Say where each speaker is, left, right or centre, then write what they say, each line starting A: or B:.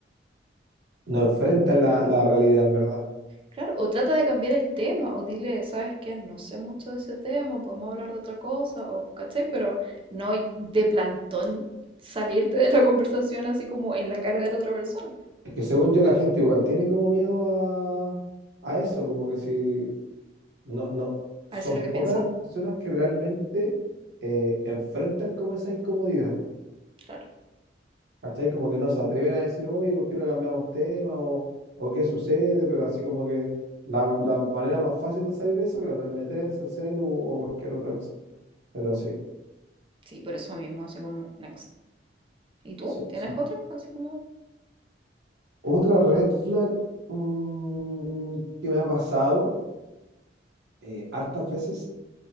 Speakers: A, on the right; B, on the right.
A: No enfrentan la, la realidad, en verdad.
B: Claro, o trata de cambiar el tema, o dile, ¿sabes qué? No sé mucho de ese tema, podemos hablar de otra cosa, o, ¿cachai? Pero no de plantón salirte de la <laughs> conversación así como en la cara de la otra persona.
A: Es que según yo, la gente igual tiene como miedo a, a eso, como que si No, no,
B: ¿A
A: son
B: decir lo que
A: pocas
B: piensa?
A: las personas que realmente eh, enfrentan como esa incomodidad,
B: Claro.
A: ¿cachai? Como que no se atreven a decir, oye, ¿por qué no cambiamos tema? O, o qué sucede, pero así como que la, la manera más fácil de salir de eso, claro, es meterse al celu o cualquier otra cosa. Pero sí,
B: Sí, por eso mismo, así como, next. ¿Y tú?
A: sí,
B: ¿Tienes
A: sí.
B: otro? Así como,
A: Otra red flag mm, que me ha pasado eh, hartas veces,